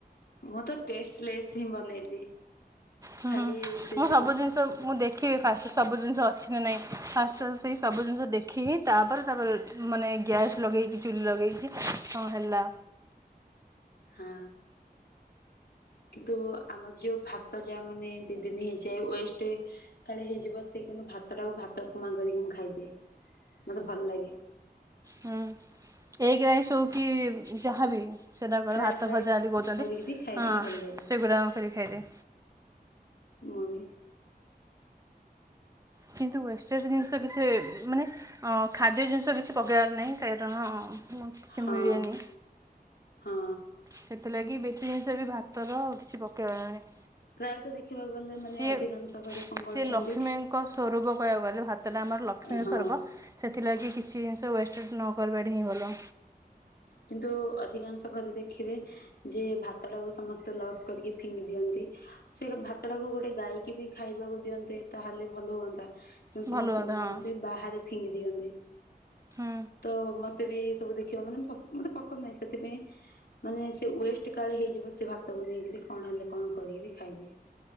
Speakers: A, on the left; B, on the right.
A: ମୁଁ ତ ଟେଷ୍ଟ୍ ଲେସ୍ ହିଁ ବନେଇଦିଏ
B: ହୁଁ
A: ଖାଲି
B: ହୁଁ
A: ସେ
B: ମୁଁ ସବୁ
A: ଯୋଉ
B: ଜିନିଷ ମୁଁ ଦେଖିବି ଫାଷ୍ଟ ସବୁ ଜିନିଷ ଅଛି ନା ନାହିଁ ଫାଷ୍ଟ ସେଇ ସବୁ ଜିନିଷ ଦେଖି ହିଁ ତାପରେ ତାପରେ ମାନେ ଗ୍ୟାସ୍ ଲଗେଇକି ଚୁଲି ଲଗେଇକି ହଁ ହେଲା।
A: ହଁ। କିନ୍ତୁ ଆମର ଯୋଉ ଭାତଟା ମାନେ ଦି ଦିନ ହେଇଯାଏ ୱେଷ୍ଟ। କାଳେ ହେଇଯିବ ସେ କିନ୍ତୁ ଭାତ ଟାକୁ ଭାତ ଉପମା କରିକି ମୁଁ ଖାଇଦିଏ ମତେ ଭଲ ଲାଗେ।
B: ହଁ ଏଗ ରାଇସ୍ ହେଉ କି ଯାହାବି। ସେଇଟା ବରା
A: ଫ୍ରାଏଡ୍
B: ଭାତ
A: ରାଇସ୍
B: ଭଜା ବୋଲି କହୁଛନ୍ତି
A: କରିକିରି ଖାଇଦେଲେ
B: ହଁ
A: ଭଲ ଲାଗିବ
B: ସେଗୁଡ଼ାକ କରିକିଖାଇଦିଏ।
A: ମୁଁ ବି।
B: କିନ୍ତୁ ୱେଷ୍ଟଜ୍ ଜିନିଷ କିଛି ମାନେ ଅ ଖାଦ୍ୟ ଜିନିଷ କିଛି ପକେଇବାର ନାହିଁ କାରଣ ମୁ କିଛି
A: ହଁ
B: ମିଳେନି।
A: ହଁ।
B: ସେଥିଲାଗି ବେଶୀ ଜିନିଷ ବି ଭାତର କିଛି ପକାଇବାର ନାହି।
A: ପ୍ରାୟତଃ ଦେଖିବାକୁ ଗଲେ ମାନେ
B: ସିଏ
A: ଅଧିକାଂଶ ଘରେ କଣ କରୁଛନ୍ତି
B: ସିଏ ଲକ୍ଷ୍ମୀଙ୍କ ସ୍ୱରୂପ କହିବାକୁ ଗଲେ ଭାତ। ସେତେଟା ଆମର ଲକ୍ଷ୍ମୀ ଙ୍କ
A: ହଁ
B: ସୁରୁପ ସେଥିଲାଗି କିଛି ଜିନିଷ ୱେଷ୍ଟେ ନ କରିବାରିବା ଟା ହିଁ ଭଲ।
A: କିନ୍ତୁ ଅଧିକାଂଶ ଘରେ ଦେଖିବେ। ଯେ ଭାତ ଟାକୁ ସମସ୍ତେ ଲସ୍ କରିକି ଫିଙ୍ଗି ଦିଅନ୍ତି। ସେ ଭାତ ଟାକୁୁ ଗୋଟେ ଗାଇକି ବି ଖାଇବାକୁ ଦିଅନ୍ତେ ତାହେଲେ ଭଲ ହୁଅନ୍ତା।
B: ଭଲ
A: ସମସ୍ତ
B: କଥା
A: କଣ କରନ୍ତି
B: ହଁ
A: ବାହାରେ ଫିଙ୍ଗି ଦିଅନ୍ତି।
B: ହୁଁ
A: ତ ମତେ ମତେ ବି ସବୁ ଦେଖିବା ମାନେ ମତେ ପସନ୍ଦ ନାହିଁ ସେଥିପାଇଁ ମାନେ ସେ ୱେଷ୍ଟ କାଳେ ହେଇଯିବ ସେ ଭାତକୁ ନେଇକରି କଣ ହେଲେ କଣ କରିକରି ଖାଇଦିଏ।